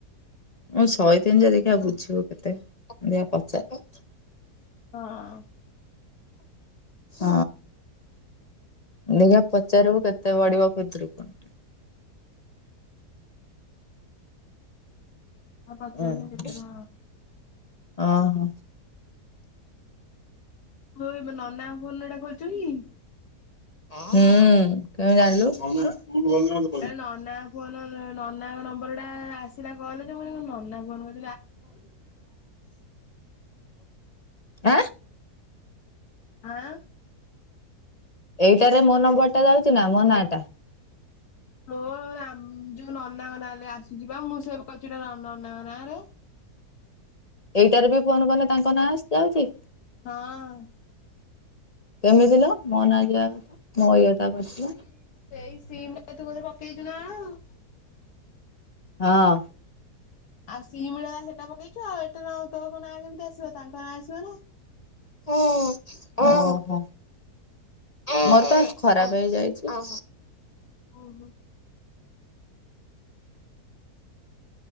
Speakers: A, on the left; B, on the left.
A: ମୁଁ ଶହେ ତିନି ଯା ଦେଖିବା ବୁଝିବୁ କେତେ ଦେଖିଆ ପଚାରେ।
B: ହଁ।
A: ହଁ। ଦେଖିଆ ପଚାରିବୁ କେତେ ପଡିବ ଖୁଦୁରୁକୁଣୀ।
B: ପଚାରିବି
A: ହଁ
B: କେତେ ଟଙ୍କା
A: ଅ ହଁ।
B: ବୋଉ ଏ ନନା ଙ୍କ ଫୋନ ରେ ଏଇଟା କରିଛୁ କି?
A: ହଁ କେମିତି ଜାଣିଲୁ?
B: ଏ ନନା ଫୋନ ନନାଙ୍କ ନମ୍ବର ଟା ଆସିଲା କଲ ଯେ ମୁଁ କଣ ନନା ଫୋନ କରିି
A: ଆଁ
B: ଆଁ
A: ଏଇଟାରେ ମୋ ନମ୍ବର ଟା ଯାଉଚି ନା ମୋ ନାଁ ଟା?
B: ହଁ ଆମ ଯୋଉଁ ନନାଙ୍କ ନାଁ ରେ ଆସୁଛି ବା ମୁଁ ସେଭେ କରିଛି ନନାଙ୍କ ନାଁ ରେ।
A: ଏଇଟାରେ ବି ଫୋନ କଲେ ତାଙ୍କ ନାଁ ଆସି ଯାଉଚି?
B: ହଁ।
A: କେମିତି ଲୋ ମୋ ନାଁ ଯିବା କଥା ମୋ ଇଏଟା କରିଥିଲ
B: ସେଇ ସେଇ ସିମ ଟା ତୁ ବୋଧେ ପକେଇଚୁ ନା କଣ।
A: ହଁ
B: ଆଉ ସିମ ଟା ସେଟା ପକେଇଛୁ ଆଉ ଏଠେ ନା ତୋ ନାଁ କେମିତି ଆସିବ ତାଙ୍କ ନାଁ ଆସିବ ନା।
A: ଓହୋ। ମୋର ତ ଖରାପ ହେଇ ଯାଇଛି।
B: ଉଁ ହୁଁ।